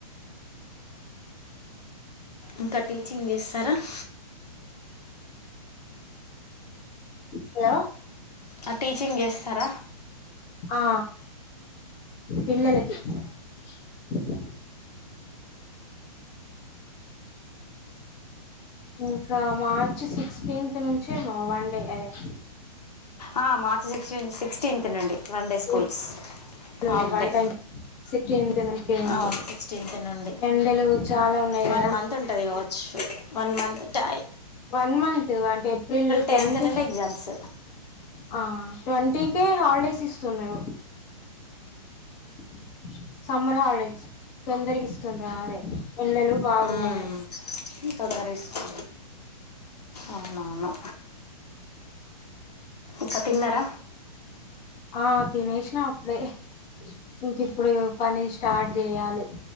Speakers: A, on the left; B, on the left.
A: ఇంకా టీచింగ్ చేస్తరా? <inaudible>
B: హలో
A: ఆ, టీచింగ్ చేస్తరా?
B: ఆ పిల్లలకి అ ఇంకా మార్చ్ సిక్స్టీన్త్ నుంచే మా వన్ డే అదే.
A: ఆ మార్చ్ సిక్స్టీన్ సిక్స్టీన్త్ నుండి వన్ డే
B: స్కూల్
A: స్కూల్స్. half
B: ఉంది one
A: day,
B: time sixteenth నుండి ఉంది
A: అవును సిక్స్టీన్త్ నుండి.
B: ఎండలు చాలా ఉన్నాయి
A: వన్
B: కదా
A: మంత్ ఉంటుందిగావచ్చు, వన్ మంత్ టై
B: వన్ మంత్ అంటే ఏప్రిల్
A: టెన్త్
B: ట్వంటీ
A: నుండి
B: ఫిఫ్త్
A: ఎగ్జామ్స్
B: ఆ ట్వంటీ కే హాలిడేస్ ఇస్తున్నారు. <inaudible> సమ్మర్ హాలిడేస్ తొందరగా ఇస్తుంర్ర అదే ఎండలు బాగున్నాయని
A: హ్ ఇది తొందర ఏసుకో అవునవును. ఇంకా తిన్నారా
B: ఆ తినేసినా అప్పుడే ఇంక ఇప్పుడు పని స్టార్ట్ జేయాలి.